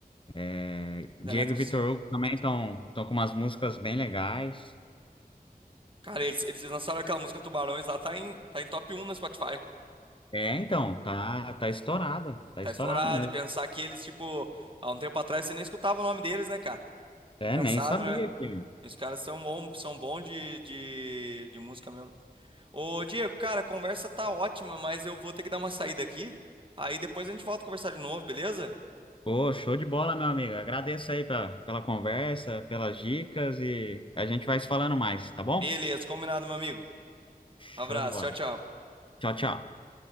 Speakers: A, on the left; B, on the right.
A: é,
B: The
A: Diego
B: Electric
A: e Vitor
B: City.
A: Hugo também estão com umas músicas bem legais.
B: Cara, eles, eles lançaram aquela música Tubarões lá, tá em, tá em top um na Spotify.
A: É, então, tá, tá estourado, tá
B: Tá
A: estourado
B: estourado,
A: mesmo.
B: e pensar que eles, tipo, há um tempo atrás você nem escutava o nome deles, né, cara?
A: É,
B: Engraçado,
A: nem sabia
B: né?
A: que.
B: E Os caras são bom, são bom de, de, de música mesmo. Ô, Diego, cara, a conversa tá ótima, mas eu vou ter que dar uma saída aqui. Aí depois a gente volta a conversar de novo, beleza?
A: Pô, show de bola, meu amigo. Agradeço aí pela, pela conversa, pelas dicas e a gente vai se falando mais, tá bom?
B: Beleza, combinado, meu amigo.
A: Show
B: Abraço,
A: de bola.
B: tchau, tchau.
A: Tchau, tchau.